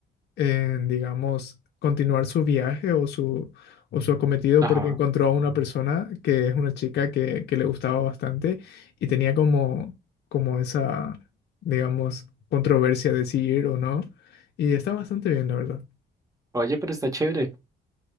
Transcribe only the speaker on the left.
en, digamos, continuar su viaje o su, o su acometido
porque encontró a una persona que es una chica que, que le gustaba bastante y tenía como, como esa, digamos, controversia de si ir o no. Y está bastante bien, la verdad.